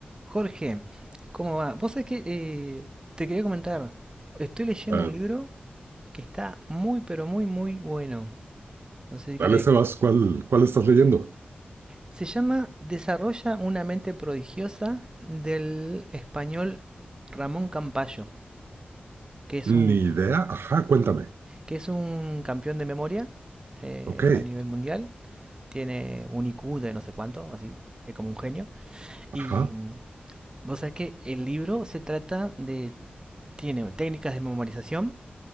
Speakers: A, on the right (about 20°); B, on the right (about 80°).
A: Jorge, ¿cómo va? Vos sabés que eh, te quería comentar, estoy leyendo
B: Ah,
A: un libro que está muy, pero muy, muy bueno. No sé si
B: dale,
A: crees
B: Sebas,
A: que...
B: ¿cuál, cuál estás leyendo?
A: Se llama Desarrolla una mente prodigiosa del español Ramón Campayo, que es
B: Ni
A: un,
B: idea. Ajá, cuéntame.
A: que es un campeón de memoria eh,
B: Ok.
A: a nivel mundial. Tiene un IQ de no sé cuánto, así es como un genio. Y
B: Ajá.
A: mm, vos sabés que el libro se trata de... Tiene técnicas de memorización